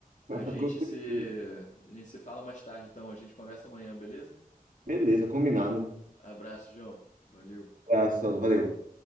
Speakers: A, on the left; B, on the right.
A: A
B: <laughs>
A: gente
B: Com certeza.
A: se, a gente se fala mais tarde, então a gente conversa amanhã, beleza?
B: Beleza, combinado.
A: Abraço, João. Valeu.
B: Abraço, valeu.